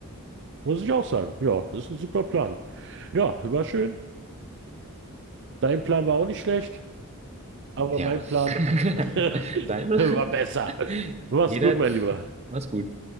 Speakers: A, on the right; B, on the right.
A: Muss ich auch sagen. Ja, das ist ein super Plan. Ja, war schön. Dein Plan war auch nicht schlecht, aber
B: Ja.
A: mein Plan
B: <laughs>
A: <laughs>
B: Daimler,
A: war besser.
B: <laughs>
A: Mach's
B: jeder,
A: gut, mein Lieber.
B: mach's gut.